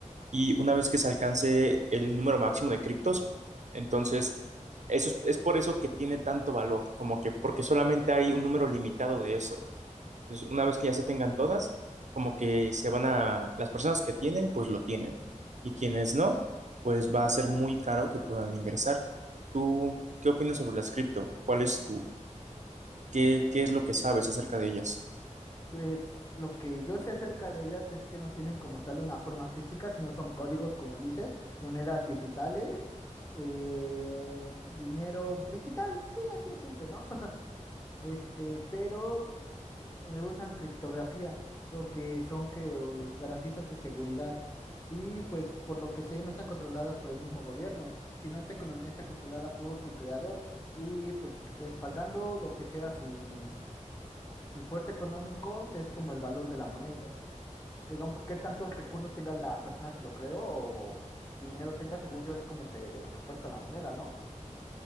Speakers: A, on the right; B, on the left.
A: Y una vez que se alcance el número máximo de criptos, entonces eso es, es por eso que tiene tanto valor, como que porque solamente hay un número limitado de eso. Entonces, una vez que ya se tengan todas, como que se van a, las personas que tienen, pues lo tienen. Y quienes no, pues va a ser muy caro que puedan ingresar. ¿Tú qué opinas sobre las cripto? ¿Cuál es tu, qué, qué es lo que sabes acerca de ellas?
B: Pues lo que yo sé acerca de ellas es que no tienen como tal una forma física, sino son códigos, como dices, monedas digitales, eh, dinero digital, sí, así es simple, ¿no? <laughs> Este, pero eh, usan criptografía, lo que son que eh, garantizan su seguridad. Y pues por lo que sé, no están controladas por el mismo gobierno, sino esta economía está controlada por su creador. Y pues respaldando lo que sea su, su fuerte económico, es como el valor de la moneda. Digamos, qué tantos recursos tenga la persona que lo creó o dinero tenga, según yo, es como se refuerza la moneda, ¿no?